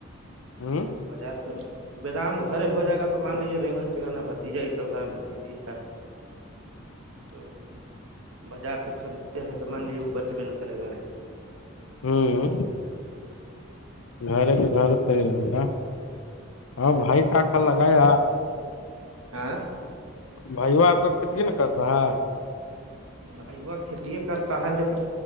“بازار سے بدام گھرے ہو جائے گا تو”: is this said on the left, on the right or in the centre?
Right